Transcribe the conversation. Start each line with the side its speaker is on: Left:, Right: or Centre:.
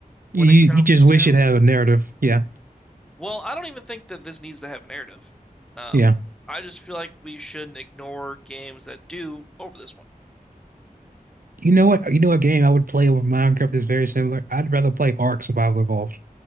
Centre: when
Right: You
Centre: it comes
Right: you just wish
Centre: to,
Right: it had a narrative. Yeah,
Centre: well, I don't even think that this needs to have a narrative. Um,
Right: yeah.
Centre: I just feel like we shouldn't ignore games that do over this one.
Right: You know what? You know a game I would play over Minecraft is very similar. I'd rather play Ark Survival Evolved